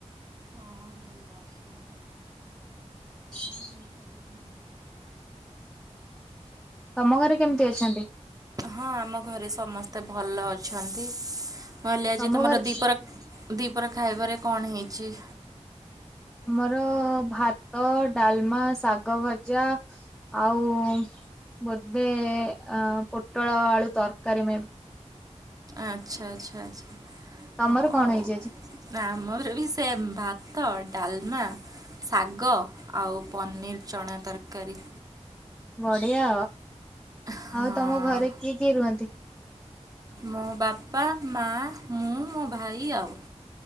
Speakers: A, on the right; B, in the centre.
A: ହଁ ଭଲ ଅଛନ୍ତି
B: ହଁ
A: କଣ ହେଇଛି ଆଜି ତମର?
B: ତମ ଘରେ କେମିତି ଅଛନ୍ତି?
A: ହଁ ଆମ ଘରେ ସମସ୍ତେ ଭଲ ଅଛନ୍ତି। ନହେଲେ ଆଜି
B: ତମ
A: ତମର
B: ଘରେ
A: ଦି ପ୍ର ଦିପହର ଖାଇବାରେ କଣ ହେଇ ଚି
B: ଆମର ଭାତ, ଡାଲମା, ଶାଗ ଭଜା ଆଉ ବୋଦେ ଆ-ପୋଟଳ ଆଳୁ ତରକାରୀ ମେ
A: ଆଚ୍ଛା ଆଚ୍ଛା ଆଚ୍ଛା।
B: ତମର
A: ହ
B: କଣ ହେଇଛି ଆଜି?
A: ଆମର ବି ସେମ ଭାତ ଡାଲ ଲମା, ଶାଗ, ଆଉ ପନିର୍ ଚଣା ତରକାରୀ।
B: ବଢିଆ
A: ହଁ।
B: ଆଉ ତମ ଘରେ କିଏ କିଏ ରୁହନ୍ତି?
A: ମୋ ବାପା, ମା, ମୁଁ, ମୋ ଭାଇ ଆଉ।